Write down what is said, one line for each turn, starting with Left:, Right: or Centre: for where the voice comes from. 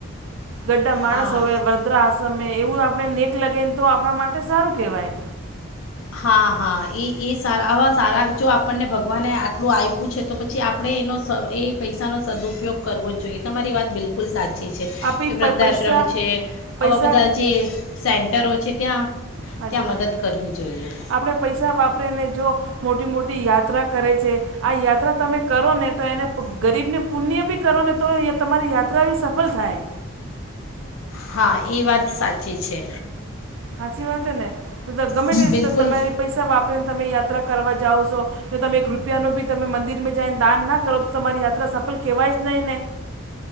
Right: ગડા માણસ
Left: હા
Right: હોવે વરદ્રા આશ્રમે એવું આપણે નેક લગીને તો આપણા માટે સારું કહેવાય.
Left: હા હા એ એ સારા આવા સારા જો આપણને ભગવાને આટલું આય પૂછે તો પછી આપણે એનો સ એ પૈસાનો સદુઉપયોગ- કરવો જ જોઈએ તમારી વાત બિલકુલ સાચી છે.
Right: આપી
Left: કે વૃદ્ધાશ્રમ
Right: પૈસા
Left: છે
Right: પૈસા
Left: આવા બધા જે સેન્ટરો છે. ત્યાં
Right: હાજી
Left: ત્યાં
Right: વાત
Left: મદદ કરવી જોઈએ.
Right: આપણે પૈસા વાપરીને જો મોટી મોટી યાત્રા કરે છે. આ યાત્રા તમે કરો ને તો એને ગરીબને પુણ્ય બી કરો ને તો એ તમારી યાત્રા બી સફળ થાય.
Left: હા એ વાત સાચી છે.
Right: સાચી વાત હે ને તો ગમે તેતે
Left: બિલકુલ
Right: તમારે પૈસા વાપરીને તમે યાત્રા કરવા જાઓ સો. તે તમે એક રૂપિયા ન ભી તમે મંદિરમાં જાયને દાન ના કરો તો તમારી યાત્રા સફલ કેહેવાય જ નહી ને.